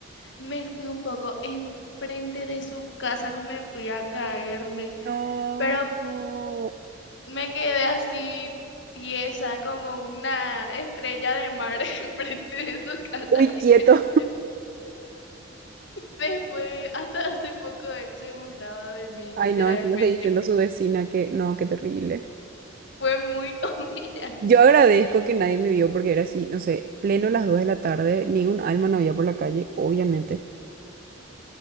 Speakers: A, on the left; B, on the right.
A: me fui un poco enfrente de su casa, que me fui a caerme,
B: No.
A: pero me quedé así tiesa como una estrella de mar <laughs> enfrente de su casa,
B: Muy
A: literalmente.
B: quieto.
A: Después, hasta hace poco él se burlaba de mí,
B: Ay,
A: literalmente.
B: no, encima seguí diciendo a su vecina que no, qué terrible.
A: Fue muy <laughs> humillante.
B: Yo agradezco que nadie me vio porque era así, no sé, pleno las dos de la tarde, ni un alma no había por la calle, obviamente.